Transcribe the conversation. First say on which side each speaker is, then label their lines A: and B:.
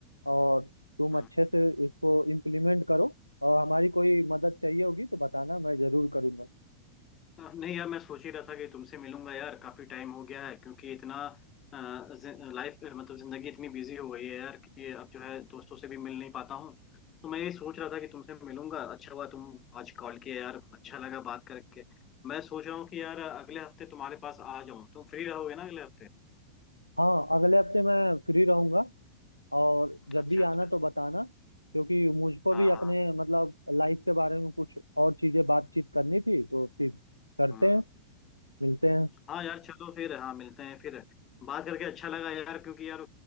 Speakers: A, on the left; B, on the left.
A: और तुम
B: हम्म।
A: अच्छे से इसको इम्प्लीमेंट करो और हमारी कोई मदद चाहिए होगी तो बताना मैं जरूर करूंगा
B: हाँ, नहीं यार मैं सोच ही रहा था कि तुमसे मिलूंगा यार काफी टाइम हो गया है क्योंकि इतना लाइफ मतलब जिंदगी इतनी बिजी हो गई है यार कि अब जो है दोस्तों से भी मिल नहीं पाता हूँ तो मैं ये सोच रहा था कि तुमसे मिलूंगा अच्छा हुआ तुम आज कॉल किया यार अच्छा लगा बात करके मैं सोच रहा हूँ कि यार अगले हफ्ते तुम्हारे पास आ जाऊँ तुम फ्री रहोगे ना अगले हफ्ते
A: हाँ अगले हफ्ते मैं फ्री रहूंगा और जब
B: अच्छा
A: भी
B: अच्छा
A: आना तो बताना क्योंकि मुझको
B: हाँ
A: भी अपने
B: हाँ
A: मतलब लाइफ के बारे में कुछ और चीजें बातचीत करनी थी तो फिर करते
B: हम्म।
A: हैं मिलते हैं
B: हाँ यार चलो फिर हाँ मिलते हैं फिर बात करके अच्छा लगा यार क्योंकि यार